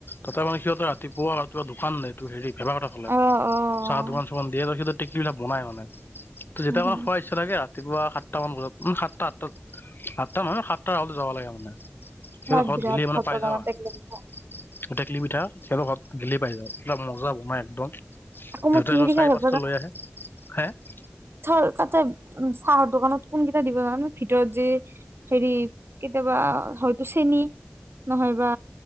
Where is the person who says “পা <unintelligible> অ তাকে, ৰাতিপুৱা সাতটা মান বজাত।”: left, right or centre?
Left